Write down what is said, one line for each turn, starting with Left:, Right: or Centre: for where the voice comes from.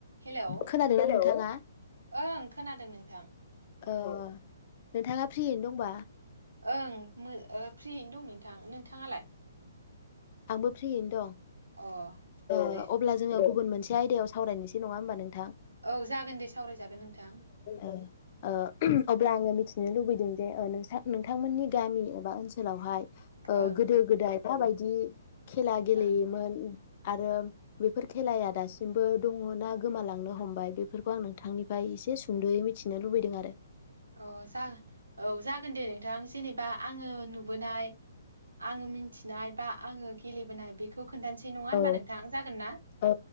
Right: Hello
Left: खोनादोंना नोंथाङा
Right: ओं खोनादों नोंथां।
Left: औ नोंथाङा फ्रियैनो दंबा।
Right: ओं <unintelligible> फ्रियैनो दं नोंथां नोंथाङालाय?
Left: आंबो फ्रियैनो दं।
Right: अ
Left: ओ
Right: दे
Left: अब्ला जोङो। बुन मोनसे आयदायाव सावरायनोसै नङा होनबा नों
Right: औ जागोन दे सावरायजागोन नोंथां।
Left: ओ ओ अब्ला आङो मिथिनो लुबैदों जे ओ नोंसा नोंथांमोननि गामि एबा ओनसोलावहाय। ओ
Right: ओं
Left: गोदो-गोदाय। माबायदि। खेला गेलेयोमोन।
Right: ओं
Left: आरो बेफोर खेलाया दासिमबो दङना गोमालांनो हमबाय बेफोरखौ आं नोंथांनिफ्राय एसे सुंद'यै मिथिनो लुबैदों आरो।
Right: अ जा औ जागोन दे नों थां जेनेबा आङो नुबोनाय आङो मिनथि नाय बा आङो गेलेबोनाय बेखौ। खोन्थानसै नङा होनबा
Left: औ
Right: नोंथां जागोन ना
Left: औ